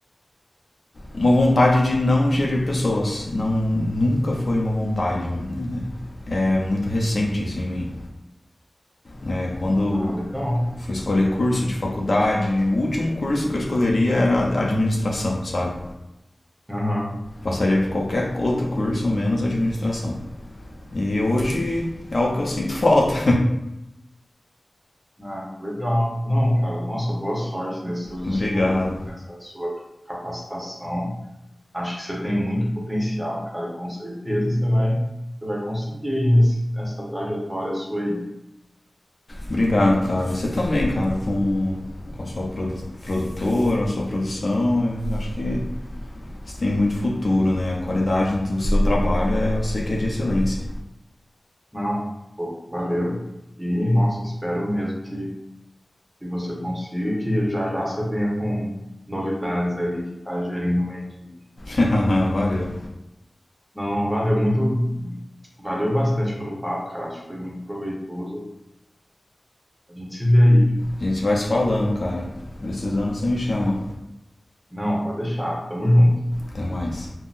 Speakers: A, on the left (about 55°); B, on the right (about 20°).
A: uma vontade de não gerir pessoas. Não, nunca foi uma vontade né? É muito recente isso em mim. É, quando
B: Ah, legal.
A: fui escolher curso de faculdade. O último curso que eu escolheria era administração, sabe?
B: Aham.
A: Passaria por qualquer outro curso menos administração. E hoje é o que eu sinto falta.
B: Ah, legal. Não, cara, nossa, boa sorte nesses seus
A: <laughs> Obrigado.
B: estudos, nessa sua capacitação. Acho que você tem muito potencial, cara, e com certeza você vai, você vai conseguir aí nesse- nessa trajetória sua aí.
A: Obrigado, cara. Você também, cara, com, com a sua produ produtora, a sua produção. Eu acho que você tem muito futuro, né? A qualidade do seu trabalho é, eu sei que é de excelência.
B: Não, pô, valeu. E, nossa, espero mesmo que que você consiga e que já já você venha com novidades aí que tá gerindo uma equipe.
A: <laughs> Valeu.
B: Não, não, valeu muito, valeu bastante pelo papo, cara. Acho que foi muito proveitoso. A gente se vê aí.
A: A gente vai se falando, cara. Precisando, você me chama.
B: Não, pode deixar. Tamo junto.
A: Até mais.